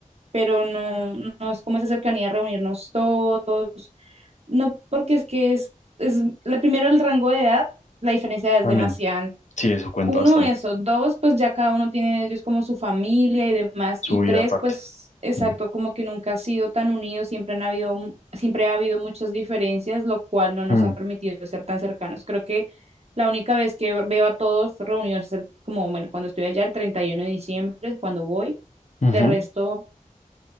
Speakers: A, on the right; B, on the left.
A: pero no, no es como esa cercanía, reunirnos todos. No, porque es que es, es la, primero el rango de edad, la diferencia de edad es
B: También.
A: demasiada
B: Sí, eso cuenta
A: Uno,
B: bastante.
A: eso. Dos, pues ya cada uno tiene de ellos como su familia y demás.
B: Su
A: Y
B: vida
A: tres,
B: aparte.
A: pues exacto,
B: Ujú,
A: como que nunca ha sido tan unidos, siempre han habido, mu- siempre ha habido muchas diferencias, lo cual no nos
B: ujú,
A: ha permitido ser tan cercanos. Creo que la única vez que veo a todos reunidos es el- como, bueno, cuando estoy allá el 31 de diciembre, es cuando voy.
B: ujú.
A: De resto,